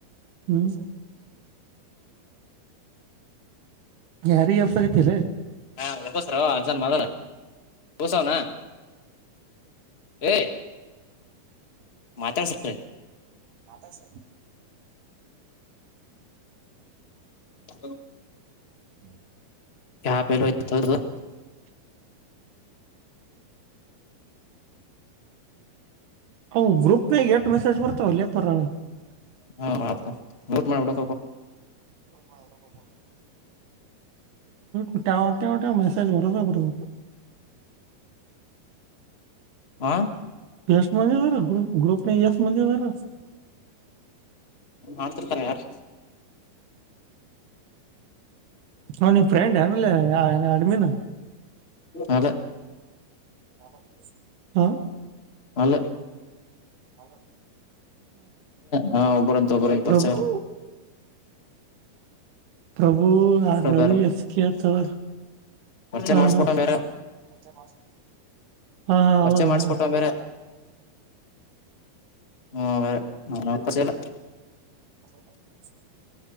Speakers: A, on the right; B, on the left.
A: ಹ್ಮ್ ಯಾರ ಎಸ ಆಗತಿಲ್ಲ
B: ಹಾ ಬಸರ ಜನ್ಮದರ ಬಸೌ ನ ಹಏ ಮಾತಾಡ್ತ
A: ಹತ ರ
B: ಹ
A: ಹ್ಮ್
B: ಯ ಪಲ್ೋತ್ತು
A: ಅ ಗ್ರೂಪ್ನಾಗ ಎಷ್ಟು ಮೆಸೇಜ್ ಬರ್ತಾವ ಲೇಪರ್
B: ಹಾ ಆಯತಾ ಊಟ್ ಮಾಡ್ಬಿಡ
A: ಹೋಗ ಹೋಗ ಒಟ್ಟ ಮೆಸೇಜ್ ಬರದು ಬರದು
B: ಹಾ
A: ಎಸ್ಟ್ ಮೆ ಬರ ಗ್ರೂಪ್ ಗ್ರೂಪ್ ನ ಎಸ್ ಮೆ ಬರ
B: ಮಾತರ್ತಾರ ಯಾರು
A: ನಾ ನಿಮ್ ಫ್ರೆಂಡ್ ಆಮೇಲೆ ಆಡಮಿಿನ
B: ಅ
A: <unintelligible> ಹಾ
B: ಅಲ್ಲೇ
A: ಹಲೋ
B: ಹಾ ಒಬ್ಬರಂತ ಒಬ್ಬರಂತ
A: ಪ್ರಭು
B: ಪರಿಚಾರ
A: ಪ್ರಭು ಆ ರವಿ
B: ಬೇರೆ
A: ಎಸ್ ಕೆ ಅತ್ವ
B: ಪರಿಚಯ
A: ಹಾ
B: ಮಾಡಿಸ್ಕೊಟ್ಟ
A: ಹಾ ಹಾ
B: ಬೇರೆ
A: ಹಾ
B: ಪರಿಚಯ
A: ಹೌದಾ
B: ಮಾಡಿಸ್ಕೊಟ್ಟ ಬೇರೆ ಹಲ್ಲ
A: ಹ